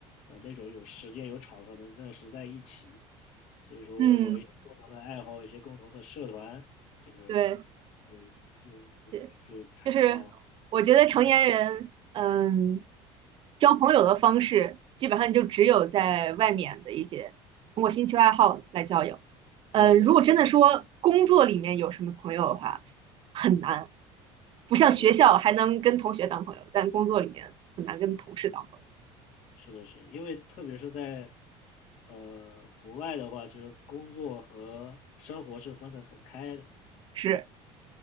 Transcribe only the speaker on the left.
呃那种有时间有场合能认识在一起，所以说有一些共同的爱好，
一些共同的社团，就是
呃就
就才能让
聚在
对对对
对对
是的，是的，因为特别是在呃国外的话，就是工作和生活是分得很开的，